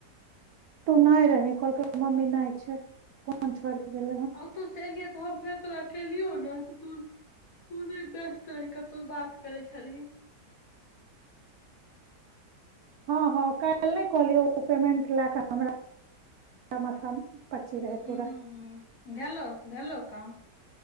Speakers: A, on the right (about 65°); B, on the left (about 55°).
A: तू नहि रहि कहलकै मम्मी नहि छै फोन छोड़ि के गेलै हन
B: आ तो से एलिये तऽ हम फेर तोरा केलियौ ने त तू तू नहि व्यस्त रही कतहु बात करैत छलही
A: हाँ हाँ काल्हि नहि कहलियौ ओ पेमेंट लए कऽ हमरा माथा पच्ची रहै
B: ह्म
A: पूरा
B: ह्म भेलौ भेलौ काम